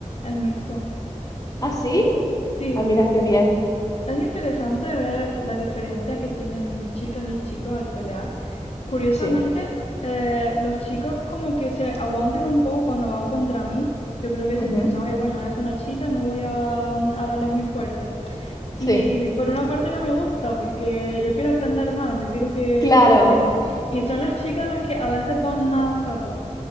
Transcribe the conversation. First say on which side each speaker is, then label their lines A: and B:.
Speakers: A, on the left; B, on the left.
A: es mixto.
B: ¿Ah, sí?
A: Sí.
B: Ah, mira qué bien.
A: Es interesante ver la diferencia que tienen chicas y chicos al pelear. Curiosamente,
B: Sí.
A: eh, los chicos como que se aguantan un poco cuando van contra mí. Yo creo que
B: Ujú.
A: se piensan, ay, bueno, es una chica, no voy a, a darle muy fuerte. Y
B: Sí.
A: por una parte no me gusta porque yo quiero aprender más, yo quiero que,
B: Claro.
A: que le den. Y son las chicas las que a veces van más a saco.